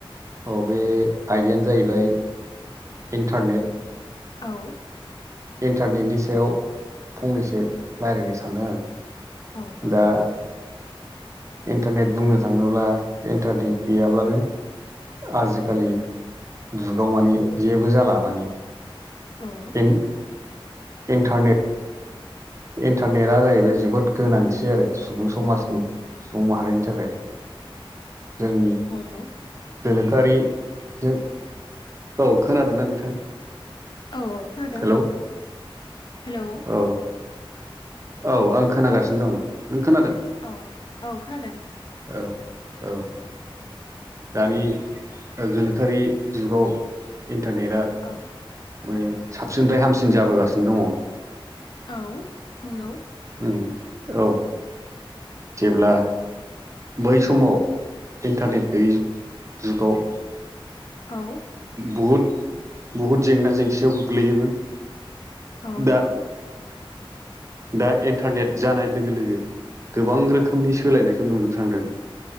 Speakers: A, on the right; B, on the left.
A: अ बे आयदायानो जाहैबाय इन्टारनेट
B: औ
A: इन्टारनेटनि सायाव फंनैसो रायलायनो सानदों आं
B: औ औ
A: दा इन्टारनेट बुंनो थाङोब्ला इन्टारनेट गैयाब्लानो
B: औ
A: आजिखालि जुगाव माने जेबो जाला माने
B: औ
A: <unintelligible> इन्टारनेट इन्टारनेटआ जाहैबाय जोबोद गोनांथि आरो सुबुं समाजनि सुबुं माहारिनि थाखाय जोंनि
B: हेलौ
A: गोनोखोआरिजों औ खोनादोंना नोंथां?
B: औ औ खोनादों
A: हेलौ
B: हेलौ
A: औ औ आं खोनागासिनो दङ नों खोनादों?
B: औ औ औ खोनादों
A: औ औ दानि गोनोखोआरि जुगाव इन्टारनेटआ
B: औ
A: ओ साबसिननिफ्राय हामसिन जाबोगासिनो दङ
B: औ नंगौ
A: ओम औ जेब्ला बै समाव इन्टारनेट गैयै जुगाव
B: औ
A: बहुद बहुद जेंना जेंसियाव गोग्लैयोमोन
B: औ नंगौ
A: दा दा इन्टारनेट जानाय लोगो लोगो गोबां रोखोमनि सोलायनायखौ नुनो थांदों